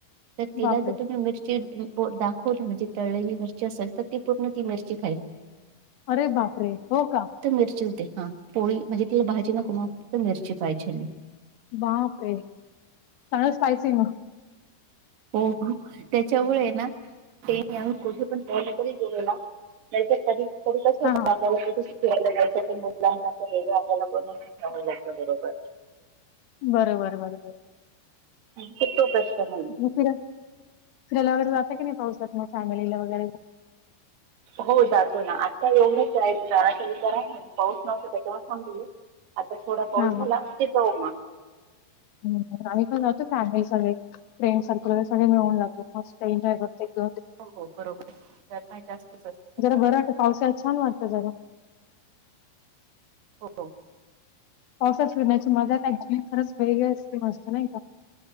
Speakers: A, on the right; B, on the left.
A: तर तिला
B: बापरे!
A: जर तुम्ही मिर दाखवली म्हणजे तळली मिरची असेल, तर ती पूर्ण ती मिरची खाईल.
B: अरे बापरे, हो का.
A: मिर पोळी म्हणजे तिला भाजी न कुमाव तर मिरची पाहिजे मी
B: बापरे <unintelligible> स्पायसी मग
A: हो हो त्याच्यामुळे ना ते क पण तरी गेलो ना नाही कधी कधी कस होत
B: हां हां
A: आपल्याला कुठे ियला जायचं मुलां अस वेगळ आपल्याला बनूनव लागत बरोबर
B: बरबर बरबर.
A: कि तो कसष्टमर.
B: फि -फिरायला वगैरे जात की नाही. पावसात फॅमिलीला वगैरे,
A: हो जातो ना आत्ता एवढंचय विचाराचा विचार आहे पाऊस नव्हतो <unintelligible> आता थोडा पाऊस
B: हां
A: झाला, की जावू मग.
B: हम् आम्ही पण राहतो फॅमिली सगळे. फ्रेंड सर्कलर सगळे मिळून जातो मस्त एन्ॉय करते एक
A: हो हो बरोबर नाही जास्तच असत सगळ.
B: जरा बरं वाटतं पावसाळ्यात छान वाटत जरा.
A: हो.
B: ऑफस फिरण्याची मजा ऍक्च्युली खरंच वेगळी असते मस्त नाही का?